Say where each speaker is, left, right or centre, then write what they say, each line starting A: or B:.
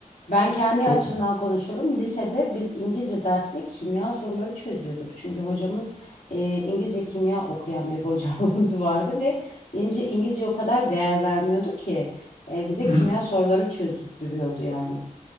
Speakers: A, on the left; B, on the left.
A: Ben kendi
B: Çok
A: açımdan
B: garip.
A: konuşuyorum. Lisede biz İngilizce dersinde kimya soruları çözüyorduk. Çünkü hocamız e, İngilizce kimya okuyan bir <laughs> hocamız vardı ve İngilizce, İngilizce o kadar değer vermiyordu ki e, bize
B: <laughs>
A: kimya soruları çözdürüyordu yani.